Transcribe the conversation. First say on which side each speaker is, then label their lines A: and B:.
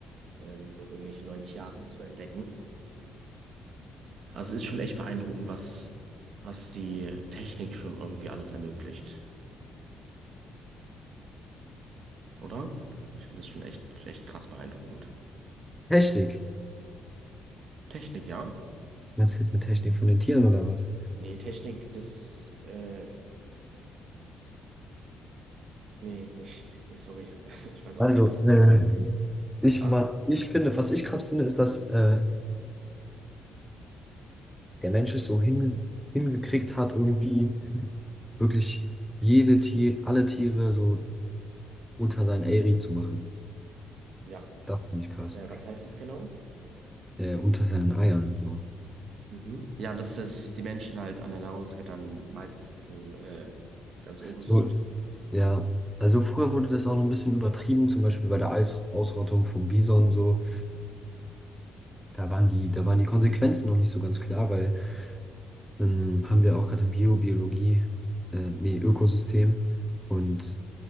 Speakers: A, on the right (about 60°); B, in the centre.
A: ähm, dort irgendwelche neuen Tierarten zu entdecken. Also es ist schon echt beeindruckend, was, was die Technik schon irgendwie alles ermöglicht, oder? Ich finde das schon echt, echt krass beeindruckend.
B: Technik.
A: Technik, ja?
B: Was meinst du jetzt mit Technik von den Tieren oder was?
A: Nee, Technik, das, äh, nee, nee, <laughs> nee, sorry, ich hab, gar- <laughs> ich weiß auch
B: Also,
A: nicht, was ich gesagt
B: äh,
A: habe.
B: ich,
A: Ja?
B: ma ich finde, was ich krass finde, ist, dass äh, der Mensch es so hin hingekriegt hat, irgendwie wirklich jede Tier, alle Tiere so unter seinen Eyri zu machen.
A: Ja.
B: Das finde ich krass.
A: Äh, was heißt das genau?
B: Äh, unter seinen Eiern, so.
A: Mhm. Ja, dass es die Menschen halt an der Nahrungskette am meisten äh, ganz oben
B: So,
A: sind.
B: ja. Also früher wurde das auch noch ein bisschen übertrieben, zum Beispiel bei der Eis Ausrottung vom Bison so. Da waren die, da waren die Konsequenzen noch nicht so ganz klar, weil dann haben wir auch gerade Bio, Biologie, äh, nee, Ökosystem. Und